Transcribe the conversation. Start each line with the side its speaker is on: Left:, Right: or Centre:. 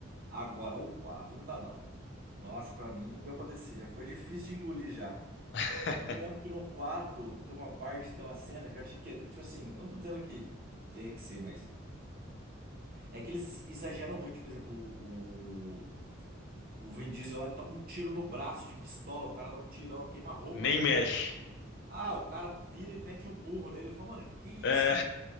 Right: Agora, o 4 não dá, não. Nossa, pra mim não deu pra descer. Já ficou difícil de engolir já.
Left: <laughs>
Right: Eu lembro que no 4 tem uma parte, tem uma cena que eu achei que. Tipo assim, não tô dizendo que tem que ser, mas. É que eles exageram muito. Tipo, Por exemplo, o. O Vin Diesel lá, ele toma um tiro no braço de pistola, o cara dá um tirão, queima a roupa
Left: Nem
Right: nele.
Left: mexe.
Right: Ah, o cara vira e mete um murro nele. Ele fala, mano, que isso?
Left: É...